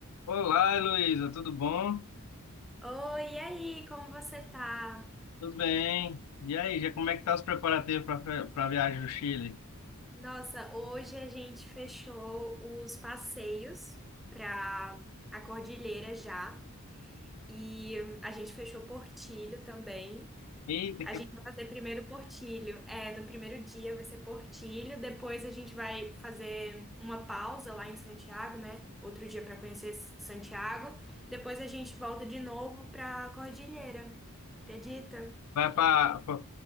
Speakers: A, on the left (about 85°); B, in the centre.
A: Olá, Heloísa, tudo bom?
B: Oi, e aí, como você tá?
A: Tudo bem. E aí, já como é que tá os preparativos para a viagem do Chile?
B: Nossa, hoje a gente fechou os passeios pra a Cordilheira já. E a gente fechou Portilho também.
A: Eita,
B: A
A: que
B: gente vai fazer primeiro Portilho. É, no primeiro dia vai ser Portilho, depois a gente vai fazer uma pausa lá em Santiago, né? Outro dia para conhecer Santiago. Depois a gente volta de novo pra Cordilheira. Acredita?
A: vai para